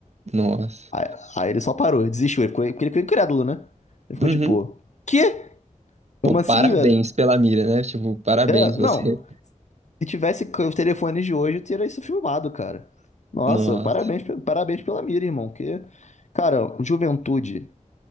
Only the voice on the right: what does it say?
Nossa.
Uhum.
Pô,
parabéns
pela mira, né? Tipo, parabéns
você.
Nossa,